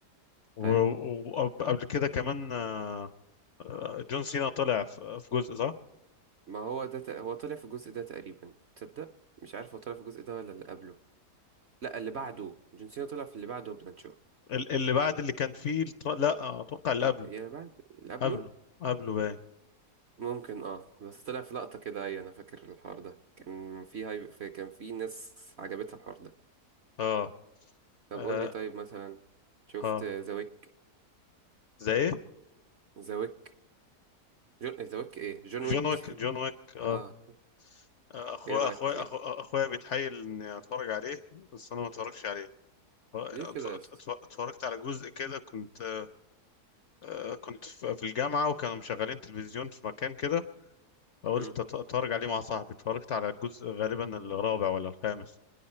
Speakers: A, on the left; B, on the right.
A: و-
B: فاهم
A: وقبل كده كمان آه، آه، جون سينا طلع في في جزء صح
B: ما هو ده ت... هو طلع في الجزء ده تقريبا تصدق مش عارف هو طلع في الجزء ده ولا اللي قبله لا اللي بعده جون سينا طلع في اللي بعده وبناتشو
A: ال- اللي بعد اللي كان فيه التر... لا آه، اتوقع اللي
B: اه
A: قبله
B: يا بعد اللي قبله
A: قبله قبله باين
B: ممكن اه بس طلع في لقطه كده ايوه انا فاكر الحوار ده كان في هاي... في... كان في ناس عجبتها الحوار ده
A: اه
B: طب
A: اه
B: قول لي طيب مثلا شفت
A: اه
B: ذا ويك
A: زي ايه
B: ذا ويك جون ذا ويك ايه جون ويك
A: جون ويك جون ويك اه
B: اه
A: آه، اخويا
B: ايه رأيك
A: اخويا
B: فيه
A: أخو- اخويا بيتحايل اني اتفرج عليه بس انا ما اتفرجش عليه اتف-
B: ليه كده
A: اتف-
B: يا اسطى
A: اتفرجت على جزء كده كنت آه، كنت في في الجامعة وكانوا مشغلين تلفزيون في مكان كده فقلت
B: مم.
A: أت- اتفرج عليه مع صاحبي اتفرجت على الجزء غالبا الرابع ولا الخامس